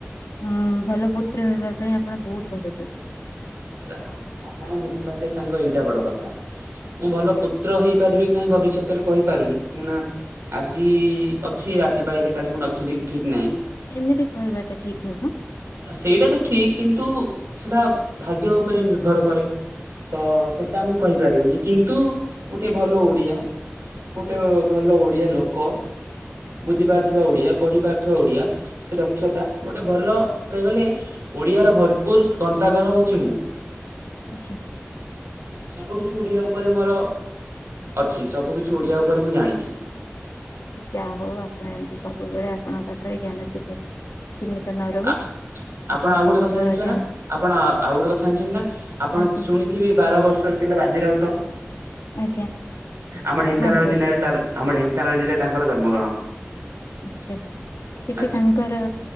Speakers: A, on the left; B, on the right.
A: ଉଁ ଭଲ ପୁତ୍ର ହେବା ପାଇଁ ଆପଣ ବହୁତ ଭଲ ଯୋଗ୍ୟ।
B: ଯା ହାଉ ଆପଣ ବୁଝିପାରିଲଲେ ସାଙ୍ଗ ଏଇଟା ବଡ କଥା ମୁଁ ଭଲ ପୁତ୍ର ହେଇ ପାରିବି କି ନାଇଁ ଭବିଷ୍ୟତରେ କହିପାରୁନି କାଇଁ ନା। ଆଜି ଅଛି ରାତି ପାହିଲେ କାଲି ମୁଁ ନଥିବି ଠିକ ନାହିଁ।
A: ଏମିତି କହିବାଟା ଠିକ ନୁହଁ।
B: ସେଇଟା ତ ଠିକ କିନ୍ତୁ ସେଟା ଭାଗ୍ୟ ଉପରେ ନିର୍ଭର କରେ। ତ ସେଟା ମୁଁ କହିପାରିବିନି କିନ୍ତୁ ଗୋଟେ ଭଲ ଓଡିଆ। ଗୋଟେ ଭଲ ଓଡିଆ ଲୋକ। ବୁଝି ପାରୁଥିବା ଓଡିଆ ପଢି ପାରୁଥିବା ଓଡିଆ ସେ ଦକ୍ଷତା ଗୋଟେ ଭଲ। କହିଆକୁ ଗଲେ ଓଡିଆର ଭରପୁର ଗନ୍ତାଘର ହଉଛି ମୁଁ।
A: ଆଛା।
B: ସବୁ କିିଛି ଓଡିଆ ଉପରେ ମୋର। ଅଛି ସବୁ କିିଛି ଓଡ଼ିଆ ଉପରେ ମୁଁ ଜାଣିଛି।
A: ଆଛା ଯା ହଉ ଆପଣ ଏମିତି ସବୁବେଳେ ଆପଣଙ୍କ ପାଖରେ ଜ୍ଞାନ ସିମି ସିମିତ ନ ରହୁ।
B: ଆ ଆପଣ ଆଉ ଗୋଟେ
A: ସବୁବେଳେ
B: କଥା ଜାଣିଛ
A: ଜ୍ଞାନ
B: ନା ଆପଣ ଆଉ ଗୋଟେ କଥା ଜାଣିଛନ୍ତି ନା ଆପଣ
A: ଆଜ୍ଞା
B: ଶୁଣିଥିବେ। ବାର ବର୍ଷର ପିଲା ବାଜି ରାଉତ
A: ଆଜ୍ଞା
B: ଆମ ଢେଙ୍କାନାଳ
A: କୁହନ୍ତୁ
B: ଜିଲ୍ଲାରେ
A: ଆପଣ
B: ତାର ଆମ ଢେଙ୍କାନାଳ ଜିଲା ରେ ତାଙ୍କର ଜନ୍ମଗ୍ରହଣ।
A: ଆଛା ସେଠି
B: ଆଚ୍ଛା
A: ତାଙ୍କର